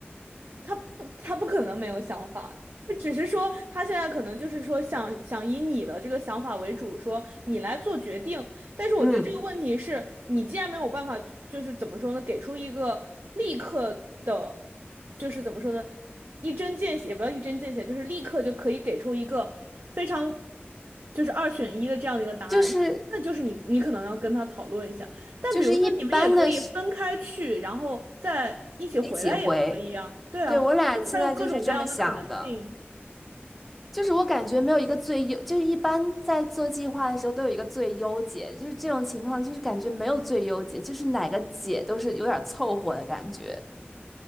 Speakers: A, on the right; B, in the centre.
A: 他不，他不可能没有想法，就只是说他现在可能就是说想想以你的这个想法为主，说你来做决定。但是我觉得这个问题是你既然没有办法，
B: 嗯，
A: 就是怎么说呢，给出一个立刻的，就是怎么说呢，一针见血，也不要一针见血，就是立刻就可以给出一个非常就是二选一的这样的一个答案，
B: 就是
A: 那那就是你你可能要跟他讨论一下。但比如说，
B: 就是一般的是
A: 你们也可以分开去，然后再一起回来也可以啊。
B: 一起回。
A: 对啊，
B: 对，我俩现在就是这么想的。
A: 就是还有各种各样的可能性。
B: 就是我感觉没有一个最优，就是一般在做计划的时候都有一个最优解，就是这种情况，就是感觉没有最优解，就是哪个解都是有点凑合的感觉。